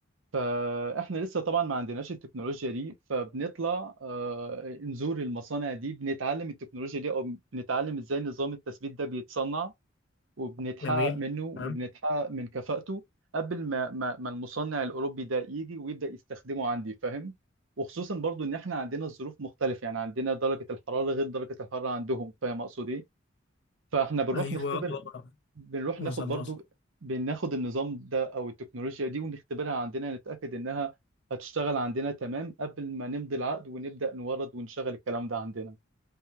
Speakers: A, on the right; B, on the left.
A: فاحنا لسه طبعا ما عندناش التكنولوجيا دي فبنطلع آه، نزور المصانع دي بنتعلم التكنولوجيا دي او بنتعلم ازاي نظام التثبيت ده بيتصنع وبنتحقق
B: جميل
A: منه
B: تمام
A: وبنتحقق من كفاءته قبل ما ما ما المصنع الاوروبي ده يجي ويبدا يستخدمه عندي فاهم وخصوصا برضو ان احنا عندنا الظروف مختلفه يعني عندنا درجه الحراره غير درجه الحراره عندهم فاهم اقصد ايه فاحنا بنروح
B: ايوه
A: نختبر
B: آه.
A: بنروح
B: وصلت
A: ناخد برضو
B: وصلت
A: بناخد النظام ده او التكنولوجيا دي ونختبرها عندنا نتأكد انها هتشتغل عندنا تمام قبل ما نمضي العقد ونبدأ نورد ونشغل الكلام ده عندنا